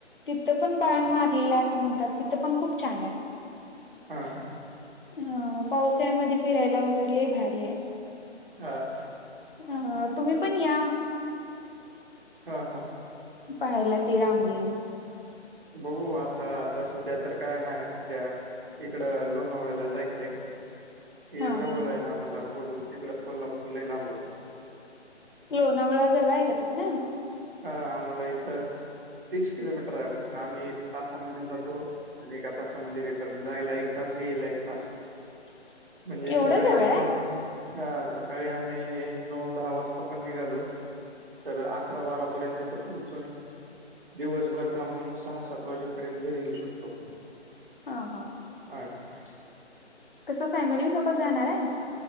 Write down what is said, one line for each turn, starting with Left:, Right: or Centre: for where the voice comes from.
Left: तिथं पण बाण मारलेलं असं म्हणतात, तिथं पण खूप छान आहेत.
Right: हा हा...
Left: ह, पावसाळ्यामध्ये फिरायला वगैरे लय भारी आहे.
Right: हा का?
Left: हा, तुम्ही पण या
Right: ह ह
Left: पाहायला ते रामलिंग
Right: बघू आता, आता सध्या तर काय नाय सुट्ट्या. इकडं लोणावळ्याला जायचंय. हे
Left: हा
Right: जवळ
Left: हा
Right: आहे ना आम्हाला, तिकड कोल्हापूर लई लांब होत.
Left: लोणावळा जवळ आहे का तिथंन?
Right: हा आम्हाला इथं तीस किलोमीटर आहे फक्त, आम्ही एक तासामध्यें जातो. आणि एका तासामध्ये रिटर्न, जायला एक तास यायला एक तास.
Left: <inaudible>
Right: म्हणजे सकाळी
Left: जवळ
Right: आम्ही,
Left: आहे?
Right: हा सकाळी आम्ही नऊ दहा वाजता आपण निघालो, तर अकरा बारा पर्यंत इथं पोहोचून दिवसभर थांबून सहा, सात, वाजेपर्यंत घरी येऊ शकतो.
Left: हा हा,
Right: ह <unintelligible>
Left: कसं फॅमिली सोबत जाणार आहे?